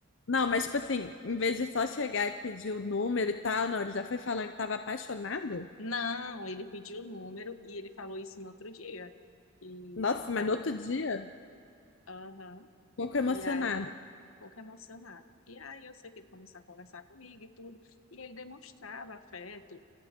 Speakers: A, on the left (about 60°); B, on the left (about 80°).
A: Não, mas tipo assim, em vez de só chegar e pedir o número e tal, não, ele já foi falando que tava apaixonado?
B: Não, ele pediu o número e ele falou isso no outro dia. E
A: Nossa, mas
B: tava,
A: no outro dia, um
B: aham.
A: pouco emocionada.
B: E aí um pouco emocionado. E aí eu sei que ele começou a conversar comigo e tudo, e ele demonstrava afeto